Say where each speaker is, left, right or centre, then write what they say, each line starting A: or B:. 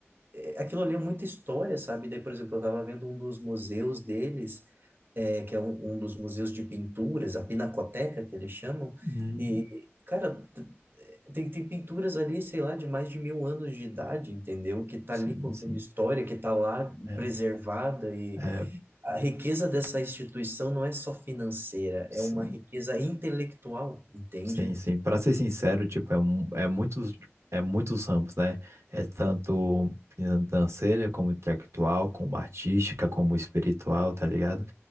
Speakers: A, on the right (about 50°); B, on the right (about 80°).
A: é, aquilo ali é muita história, sabe? Daí, por exemplo, eu estava vendo um dos museus deles, é, que é um, um dos museus de pinturas, a Pinacoteca, que eles chamam,
B: Hum,
A: e, cara, t- tem, tem pinturas ali, sei lá, de mais de mil anos de idade, entendeu? Que tá
B: sim,
A: ali contando
B: sim.
A: história, que tá lá
B: É,
A: preservada, e
B: é,
A: a riqueza dessa instituição não é só financeira,
B: sim.
A: é uma riqueza intelectual, entende?
B: Sim, sim. Para ser sincero, tipo, é, mu- é muitos, é muitos ramos, né? É tanto financeira, como intelectual, como artística, como espiritual, tá ligado?